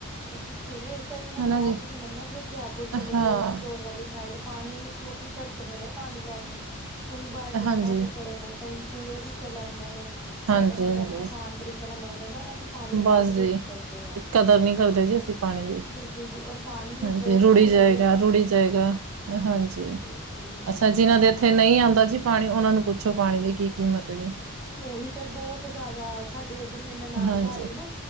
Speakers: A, in the centre; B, on the right (about 65°).
A: ਉਹੀ ਤੇ ਕਈ ਹੁਣ
B: ਹਨਾ
A: ਬਾਹਰ
B: ਜੀ,
A: ਤੁਸੀਂ ਮੰਨੋਗੇ ਜੈਪੁਰ ਚਲੇ
B: ਹਾਂ
A: ਜਾਓ, ਇੰਦੋਰ ਵਾਲੀ ਸਾਈਡ। ਪਾਣੀ, ਲੋਕੀ ਤਰਸ ਰਹੇ ਨੇ ਪਾਣੀ ਲੈ ਕੇ। ਕਈ ਬਾਲਟੀਆਂ
B: ਹਾਂਜੀ।
A: ਲੈ ਕੇ ਖੜੇ ਨੇ ਕਈ। ਕੂਏ ਵਿੱਚੋਂ ਲੈਂਦੇ ਨੇ, ਸਾਡੇ
B: ਹਾਂਜੀ-ਹਾਂਜੀ,
A: ਵਰਗਿਆਂ ਨੂੰ ਆਸਾਨ ਤਰੀਕੇ ਨਾਲ ਮਿਲ ਜਾਂਦਾ। ਅਸੀਂ ਪਾਣੀ
B: ਬਸ
A: ਬਹੁਤ ਵੇਸਟ
B: ਜੀ।
A: ਕਰਦੇ ਆ।
B: ਕਦਰ ਨਹੀਂ ਕਰਦੇ ਜੀ ਅਸੀਂ। ਪਾਣੀ ਦੀ,
A: ਬਿਲਕੁਲ ਜੀ, ਔਰ ਪਾਣੀ
B: ਹਾਂਜੀ
A: ਬਹੁਤ
B: ਰੁੜੀ
A: ਜ਼ਰੂਰੀ
B: ਜਾਏਗਾ,
A: ਹੈਗਾ
B: ਰੁੜੀ
A: ਵਾ,
B: ਜਾਏਗਾ। ਹਾਂਜੀ।
A: ਬਿਲਕੁਲ। ਜੀ
B: ਅੱਛਾ ਜਿਨਾਂ ਦੇ ਇੱਥੇ ਨਹੀਂ ਆਉਂਦਾ ਜੀ ਪਾਣੀ। ਉਹਨਾ ਨੂੰ ਪੁੱਛੋ ਪਾਣੀ ਦੀ ਕੀ ਕੀਮਤ ਹੈ ਜੀ।
A: ਉਹੀ ਤੇ, ਬਹੁਤ ਜ਼ਿਆਦਾ ਸਾਡੇ ਇੱਧਰ ਮੇਰੇ ਨ ਨਾਨ
B: ਹਾਂਜੀ।
A: ਘਰ ਵੀ ਨਾ,